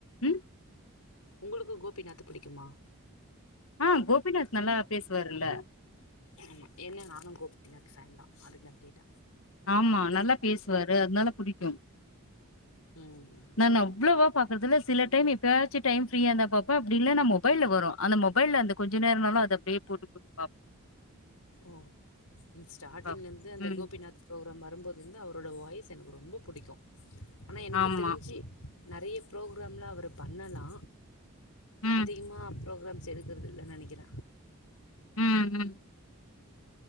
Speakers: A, on the left (about 65°); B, on the left (about 85°).
A: உ
B: உங்களுக்கு கோபிநாத்த பிடிக்குமா
A: ஆ கோபிநாத் நல்லா பேசுவாருல்ல
B: ஆமா ஏன்னா நானு கோபிநாத் ஃபேன் தா அதுக்கு தா கேட்ட
A: ஆமா நல்லா பேசுவாரு அதனால புடிக்கு
B: ம்
A: நானு அவ்வளவா பாக்கறதுல சில டைம் எப்பயாச்சு டைம் ஃப்ரீயா இருந்தா பாப்ப அப்டி இல்லன்னா மொபைல வரு அந்த மொபைல்ல அந்த கொஞ்ச நேரனாலு அத அப்டியே போட்டுப் போட்டு பாப்ப
B: ஓ எனக்கு ஸ்டார்ட்டிங்லேருந்து
A: பாப்பே
B: அந்த
A: ம்
B: கோபிநாத் ப்ரோக்ராம் வரும்போதுருந்து அவரோடய வாய்ஸ் எனக்கு ரொம்ப பிடிக்கு ஆனா எனக்கு
A: ஆமா
B: தெரிஞ்சு நெறைய ப்ரோக்ராம்ல அவரு பண்ணலா
A: ம்
B: அதிகமா அப்ரோ கிராம்ஸ் எடுக்குறது இல்லன்னு நெனக்கிற
A: ம் ம்